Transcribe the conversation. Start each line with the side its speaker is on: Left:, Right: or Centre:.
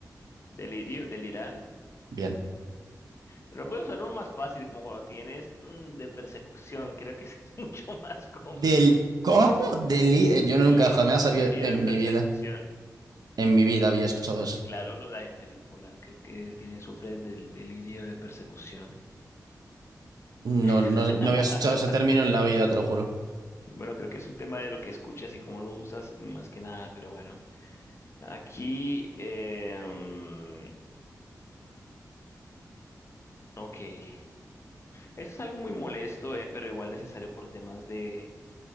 Left: Delirio, delirar.
Right: Bien.
Left: Pero puedo usar uno más fácil, como cuando tienes mm, de persecución. Creo que ese es <laughs> mucho más común.
Right: Del ¿cómo? Deli eh, yo nunca
Left: Deli-
Right: jamás
Left: delirio
Right: había en
Left: de persecución.
Right: mi vida, en mi vida había escuchado eso.
Left: Claro, lo- la gente bipolar que, que tiene, sufre del delirio de persecución.
Right: No,
Left: <laughs>
Right: no, no había escuchado ese término en la vida, te lo juro.
Left: Bueno, creo que es un tema de lo que escuchas y cómo lo usas más que nada, pero bueno. Aquí, em, ok. Eso es algo muy molesto, eh, pero igual necesario por temas de,